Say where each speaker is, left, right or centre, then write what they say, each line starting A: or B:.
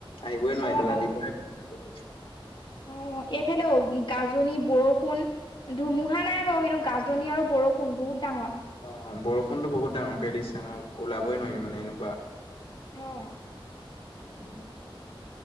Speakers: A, on the left (about 80°); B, on the left (about 60°).
A: আহিবই নোৱাৰিলো
B: অ',
A: ৰাতিুপুৱাহে
B: অ', অ' এইফালেও গাজনি, বৰষুণ, ধুমুহা নাই বাৰু কিন্তু গাজনি আৰু বৰষুণ টোন বহুত ডাঙৰ।
A: অ' বৰষুণতো বহুত ডাঙৰকে দিছে ন, ওলাবই নোৱাৰি মানে এনেকুৱা।
B: অহ'
A: এতিয়া